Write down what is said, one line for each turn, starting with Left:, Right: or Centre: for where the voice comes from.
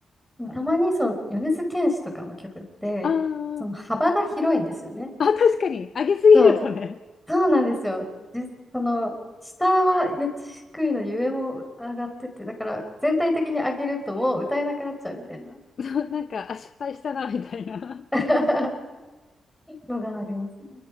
Centre: でもたまにその、米津玄師とかの曲って、
Left: あー
Centre: その幅が広いんですよね。
Left: <laughs> あ、確かに、上げすぎるとね、
Centre: そうそうなんですよ。じ、その、下はめっちゃ低いのに上も上がってて、だから全体的に上げるともう歌えなくなっちゃうみたいな
Left: <laughs> そうなんか、あ、失敗したな、みたいな。
Centre: <laughs> のがありますね。